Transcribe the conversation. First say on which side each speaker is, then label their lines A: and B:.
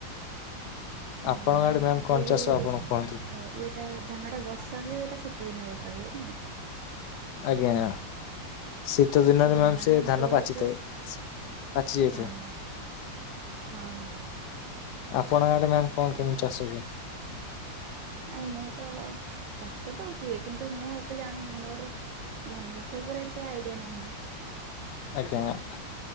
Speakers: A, on the right; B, on the left.
A: ହଁ
B: ଆପଣଙ୍କ ଆଡେ ମ୍ୟାାମ କଣ
A: ଏଇ ଯୋଉ
B: ଚାଷ ଆପଣ କୁହନ୍ତୁ?
A: ଇଏଟା ଧାନଟା ବର୍ଷା ହୁଏ ଏଟା ଶୀତଦିନ ବର୍ଷା ହୁଏ ନା।
B: ଆଜ୍ଞା। ଶୀତ ଦିନରେ
A: ଦିନେ
B: ମ୍ୟାମ୍
A: ମାନେ
B: ସେ
A: ସେତେବେଳକୁ
B: ଧାନ ପାଚିଥାଏ ପାଚିଜାଇ
A: ହଁ
B: ଥାଏ।
A: ହଁ ହଁ
B: ଆପଣଙ୍କ ଆଡେ ମ୍ୟାାମ କଣ
A: ସେଇଟା
B: କେମିତି ଚାଷ ହୁଏ?
A: ନାଇଁ ମୁଁ ତ ଚାଷ ତ ହୁଏ କିନ୍ତୁ ମୁଁ ଏତେ ଜାଣିନି ମୋର ଧାନ ଚାଷ ଉପରେ ଏତେ ଆଇଡିଆ ନାହିଁ।
B: ଆଜ୍ଞା ଆ